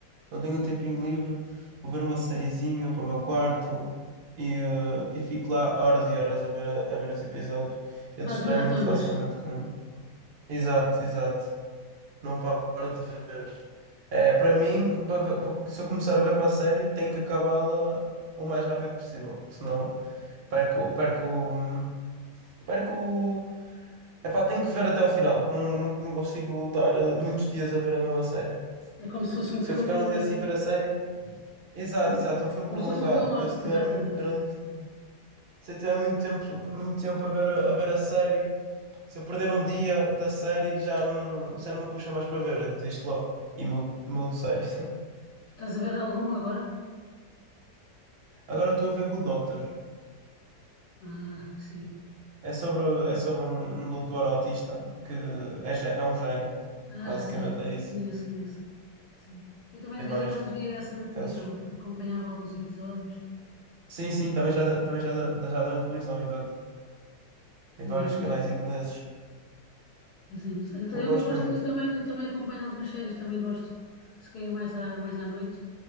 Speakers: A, on the right; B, on the left.
A: Quando tenho um tempinho livre, vou ver uma sériezinha para o meu quarto e, eh, e fico lá horas e horas a ver, a, a ver os episódios.
B: Faz
A: Eu distraio
B: maratonas.
A: muito facilmente com. Exato, exato. Não paro de ver. É, para mim, para ver- para- se eu começar a ver uma série, tenho que acabá-la o mais rápido possível. Senão perco, perco, hum, perco. Epá, tenho que ver até ao final. Não, não, não consigo lutar muitos dias a ver a mesma série.
B: É como se fosse um
A: Se
B: filme.
A: eu ficar um dia sem ver a série, Exato,
B: Como,
A: exato, um filme
B: como
A: prolongado.
B: se fosse um filme.
A: Eu
B: aos-
A: se tiver
B: Exatamente,
A: muito durante,
B: exatamente.
A: se eu tiver muito tempo, muito tempo a ver a, a ver a série, se eu perder um dia da série, já não, já não me puxa mais para ver, eu desisto logo e mudo, mudo de série. <laughs>
B: Estás a ver alguma agora?
A: Agora estou a ver Good Doctor.
B: Ah, sim.
A: É sobre, é sobre um, um doutor autista que é, gé- é um gênio,
B: Ah,
A: basicamente
B: já sei.
A: é isso,
B: Conheço, conheço. Sim. Eu também
A: em
B: de vez
A: vários
B: em quando via essa na televisão.
A: casos.
B: Acompanhava alguns episódios
A: Sim,
B: e.
A: sim, também já dá- também já dá- já dá na televisão, exato, em
B: eh,
A: vários canais ingleses.
B: Assim, eu, sei. Então,
A: Eu
B: Eu
A: gosto
B: ta- eu gosto,
A: muito.
B: eu também, eu também acompanho algumas séries, também gosto, se calhar mais à, mais à noite,